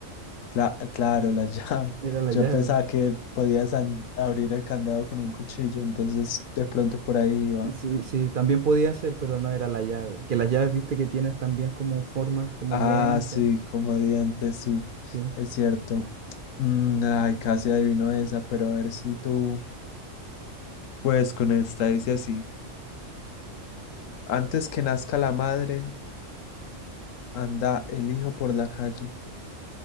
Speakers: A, on the left; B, on the right.
A: Cla- claro, la <laughs> llave.
B: era la
A: Yo
B: llave.
A: pensaba que podías an- abrir el candado con un cuchillo, entonces de pronto por ahí iba.
B: Sí, sí, también podía ser, pero no era la llave. Que las llaves, viste, que tienen también como formas, como
A: Ah,
B: dientes.
A: sí, como dientes, sí,
B: Sí.
A: es cierto. Mm, ay, casi adivino esa, pero a ver si tú, pues con esta dice así. Antes que nazca la madre, Anda el hijo por la calle.